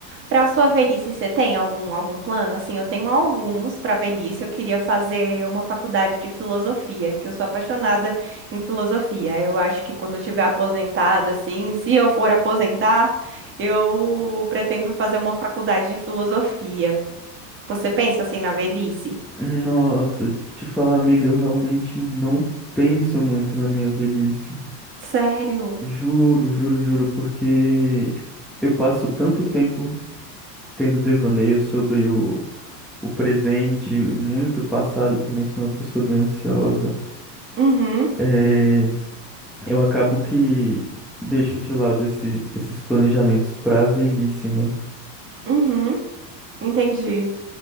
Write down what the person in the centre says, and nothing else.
Nossa, te falar, amiga, eu realmente não penso muito na minha velhice.
Juro, juro, juro, porque eu passo tanto tempo tendo devaneio sobre o, o presente, muito passado, eu também sou uma pessoa bem ansiosa.
É, eu acabo que deixo de lado esse- esses planejamentos para a velhice, né?